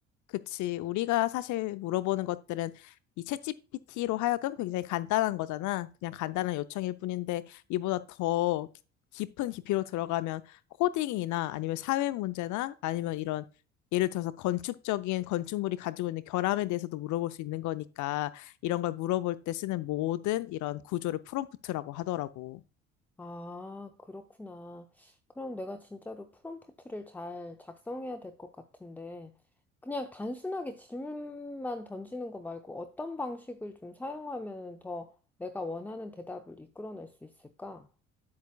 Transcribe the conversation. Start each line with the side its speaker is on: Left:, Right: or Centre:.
Left: 그치. 우리가 사실 물어보는 것들은 이 챗GPT로 하여금 굉장히 간단한 거잖아. 그냥 간단한 요청일 뿐인데 이보다 더 기- 깊은 깊이로 들어가면 코딩이나 아니면 사회 문제나 아니면 이런 예를 들어서 건축적인 건축물이 가지고 있는 결함에 대해서도 물어볼 수 있는 거니까 이런 걸 물어볼 때 쓰는 모든 이런 구조를 프롬프트라고 하더라고.
Centre: 아, 그렇구나. 그럼 내가 진짜로 프롬프트를 잘 작성해야 될 것 같은데, 그냥 단순하게 질문만 던지는 거 말고 어떤 방식을 좀 사용하면 더 내가 원하는 대답을 이끌어낼 수 있을까?